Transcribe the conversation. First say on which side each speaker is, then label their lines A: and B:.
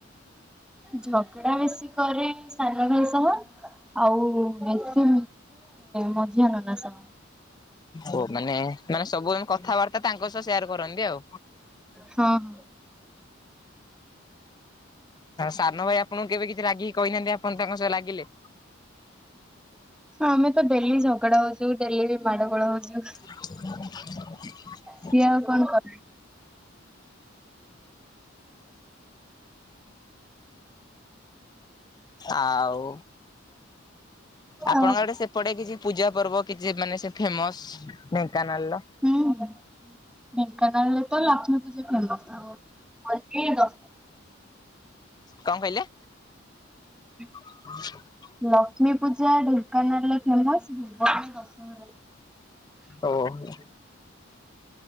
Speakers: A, in the centre; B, on the left.
A: ଝଗଡ଼ା ବେଶୀ କରେ ସାନ ଭାଇ ସହ ଆଉ ବେଶୀ ମଝିଆ ନନା ସହ
B: ଓ ମାନେ ନା ସବୁ ଆ କଥାବାର୍ତ୍ତା ତାଙ୍କ ସହ ସେୟାର କରନ୍ତି ଆଉ।
A: ହଁ ହଁ।
B: ସାନ ଭାଇ ଆପଣଙ୍କୁ କେବେ କିଛି ରାଗିକି କହିନାହାନ୍ତି ଆପଣ ତାଙ୍କ ସହ ଲାଗିଲେ?
A: ଆମେ ତ ଡ଼େଲି ଝଗଡ଼ା ହଉଛୁ ଡ଼େଲି ମାଡ଼ ଗୋଳ ହଉଛୁ।
B: <inaudible>
A: ସିଏ ଆଉ କଣ କ
B: ଆଉ ଆପଣଙ୍କ
A: ଆଉ
B: ଆଡ଼େ ସେପଟେ କିଛି ପୂଜା ପର୍ବ କିଛି ମାନେ ସେ ଫେମସ ଢେଙ୍କାନାଳର?
A: ହୁଁ ଢେଙ୍କାନାଳରେ ତ ଲକ୍ଷ୍ମୀ ପୂଜା ଫେମସ ଆଉ ବାକି ଦଶ୍
B: କଣ କହିଲେ?
A: <inaudible>
B: <inaudible>
A: ଲକ୍ଷ୍ମୀ ପୂଜା ଢେଙ୍କାନାଳରେ ଫେମସ ଭୁବନରେ ଦଶହରା।
B: ଓ ହୋ।